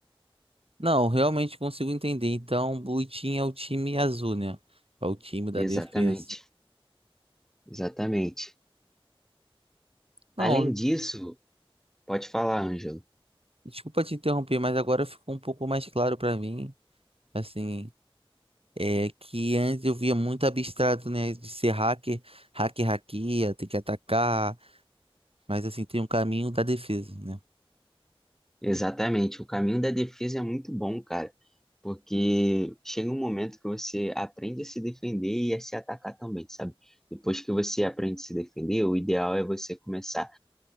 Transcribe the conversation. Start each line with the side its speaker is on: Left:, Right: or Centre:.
Right: Não, realmente consigo entender. Então, o Blue Team é o time azul, né? É o time da defesa.
Centre: Exatamente, exatamente.
Right: Não,
Centre: Além disso, pode falar, Ângelo.
Right: desculpa te interromper, mas agora ficou um pouco mais claro pra mim, assim, é que antes eu via muito abstrato, né, de ser hacker, hacker hackeia, tem que atacar Mas assim, tem um caminho da defesa, né?
Centre: Exatamente, o caminho da defesa é muito bom, cara, porque chega um momento que você aprende a se defender e a se atacar também, sabe? Depois que você aprende a se defender, o ideal é você começar